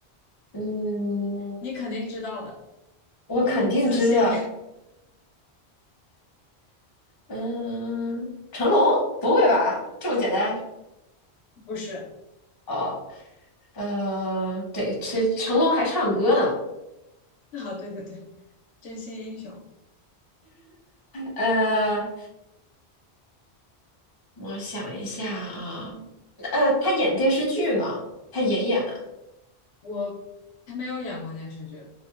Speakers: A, on the left; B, on the left.
A: 嗯，
B: 你肯定知道的，
A: 我肯定知道。
B: 我很自信，
A: 嗯，成龙？不会吧？这么简单？
B: <laughs> 不是，
A: 哦。呃，对，成成龙还唱歌呢。
B: <laughs> 啊，对对对，真心英雄，
A: 呃，我想一下啊，呃，他演电视剧吗？他也演。
B: 我还没有演过电视剧，